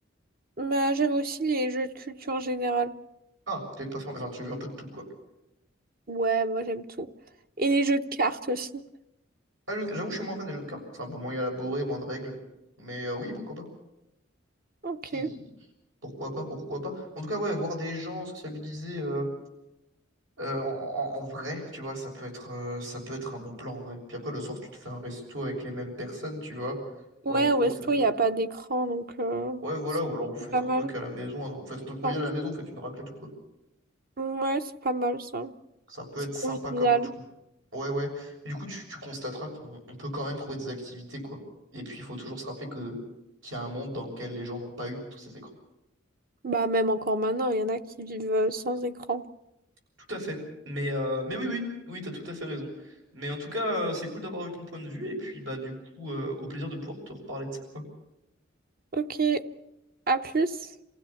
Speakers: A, on the right; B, on the right.
A: Mais j'aime aussi les jeux de culture générale.
B: Ah, t'es pas fermé, enfin tu as eu un peu de tout, quoi.
A: Ouais, moi, j'aime tout. Et les jeux de cartes aussi.
B: Ah, je- j'avoue, je suis moins fan des jeux de cartes. parce que C'est un peu moins élaboré, moins de règles. Mais euh, oui, pourquoi pas.
A: Ok.
B: Si, pourquoi pas, pourquoi pas. En tout cas, ouais, voir des gens sociabiliser euh, euh, en, en- en vrai, tu vois, ça peut être, euh, ça peut être un bon plan en vrai. Puis après, le soir, tu te fais un resto avec les mêmes personnes, tu vois. Ou
A: Ouais,
B: alors vous faites,
A: Westo,
B: euh,
A: il n'y a pas d'écran, donc euh,
B: ouais, voilà,
A: c'est
B: ou alors vous faites
A: pas
B: un
A: mal.
B: truc à la maison, hein. vous faites un truc convivial
A: Enfin,
B: à la maison, vous faites une raclette ou quoi.
A: ouais, c'est pas mal ça.
B: Ça peut
A: C'est
B: être
A: convivial.
B: sympa comme tout. Ouais, ouais. Mais du coup, tu, tu constateras qu'on on peut quand même trouver des activités, quoi. Et puis, il faut toujours se rappeler que qu'il y a un monde dans lequel les gens n'ont pas eu tous ces écrans.
A: Bah, même encore maintenant, il y en a qui vivent euh, sans écran.
B: Tout à fait. Mais, euh, mais oui, oui, oui, t'as tout à fait raison. Mais en tout cas, euh, c'est cool d'avoir eu ton point de vue, et puis bah du coup, euh, au plaisir de pouvoir te reparler de ça, quoi.
A: Ok, à plus.